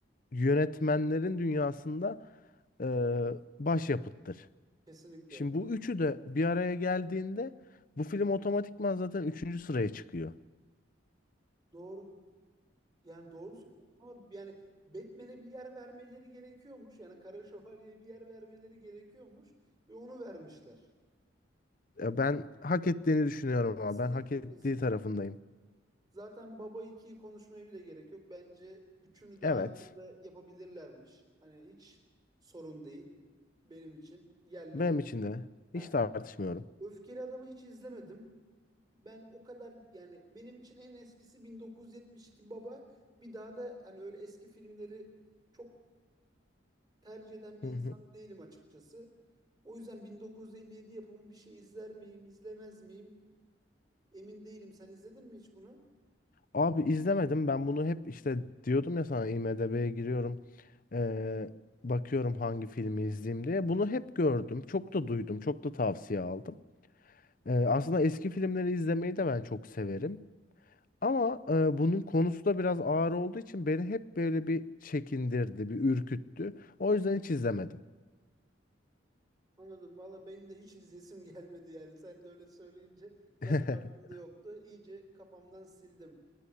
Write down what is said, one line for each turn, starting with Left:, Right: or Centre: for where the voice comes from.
Left: yönetmenlerin dünyasında e, başyapıttır.
Right: Kesinlikle.
Left: Şimdi bu üçü de bir araya geldiğinde bu film otomatikman zaten üçüncü sıraya çıkıyor.
Right: Doğru. Yani doğru söylüyorsun ama yani Batman'e bir yer vermeleri gerekiyormuş. Yani Kara Şövalye'ye bir yer vermeleri gerekiyormuş ve onu vermişler.
Left: Ya ben hak ettiğini düşünüyorum
Right: Kesinlikle,
Left: ama ben hak ettiği
Right: kesinlikle.
Left: tarafındayım.
Right: Zaten Baba ikiyi konuşmaya bile gerek yok. Bence üçünü de
Left: Evet.
Right: aynı anda yapabilirlermiş. Hani hiç sorun değil benim için yerleri.
Left: Benim için de.
Right: Ha,
Left: Hiç tartışmıyorum.
Right: Öfkeli Adam'ı hiç izlemedim. Ben o kadar yani benim için en eskisi 1972 Baba. Bir daha da hani öyle eski filmleri çok tercih eden bir
Left: Hı
Right: insan
Left: hı.
Right: değilim açıkçası. O yüzden 1957 yapımı bir şey izler miyim, izlemez miyim? Emin değilim. Sen izledin mi hiç bunu?
Left: Abi izlemedim. Ben bunu hep işte diyordum ya sana IMDb'ye giriyorum. Ee, bakıyorum hangi filmi izleyeyim diye. Bunu hep gördüm. Çok da duydum. Çok da tavsiye aldım. Ee, aslında eski filmleri izlemeyi de ben çok severim. Ama e, bunun konusu da biraz ağır olduğu için beni hep böyle bir çekindirdi, bir ürküttü. O yüzden hiç izlemedim.
Right: Anladım. Valla benim de hiç izleyesim <laughs> gelmedi yani. Sen de öyle söyleyince zaten
Left: <laughs>
Right: aklımda yoktu. İyice kafamdan sildim.